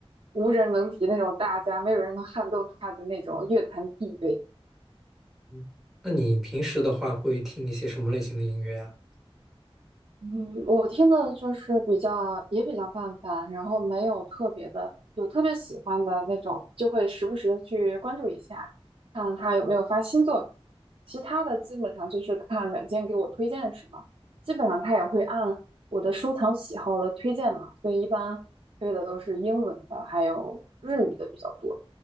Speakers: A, on the right; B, in the centre.
A: 无人能敌那种大家，没有人能撼动他的那种乐坛地位。
B: 嗯，那你平时的话会听一些什么类型的音乐啊？
A: 嗯我听的就是比较也比较泛泛，然后没有特别的，有特别喜欢的那种，就会时不时的去关注一下，看看他有没有发新作品。其他的基本上就是看软件给我推荐什么，基本上他也会按我的收藏喜好来推荐嘛，所以一般推的都是英文的，还有日语的比较多，